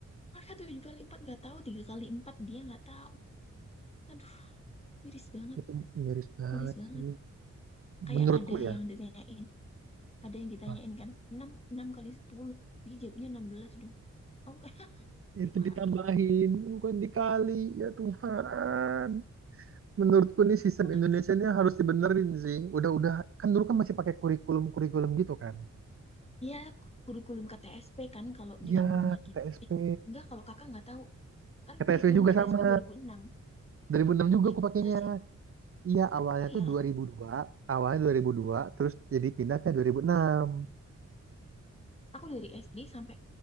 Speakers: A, on the left; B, on the right.
A: Mereka tujuh kali empat nggak tahu, tiga kali empat dia nggak tahu. Aduh, miris banget,
B: itu miris banget
A: miris banget.
B: sih menurutku
A: Kayak ada
B: ya
A: yang ditanyain, ada yang ditanyain
B: Apa?
A: kan enam enam kali sepuluh, dia jawabnya enam belas dong. Aku kayak <laughs>
B: itu
A: gimana?
B: ditambahin bukan dikali ya Tuhan menurutku nih sistem
A: Aku nangis.
B: Indonesia ini harus dibenerin sih udah udah kan dulu kan masih pakai kurikulum kurikulum gitu kan
A: Ya kurikulum KTSP kan kalau zamannya
B: ya KTSP
A: kita, eh enggak kalau kakak nggak tahu kan
B: KTSP
A: kurikulum
B: juga sama
A: KTSP enam,
B: 2006 juga
A: Eh
B: aku pakainya
A: masa sih?
B: iya awalnya
A: Oh iya,
B: tuh 2002 awalnya 2002 terus jadi pindah ke 2006
A: aku dari SD sampai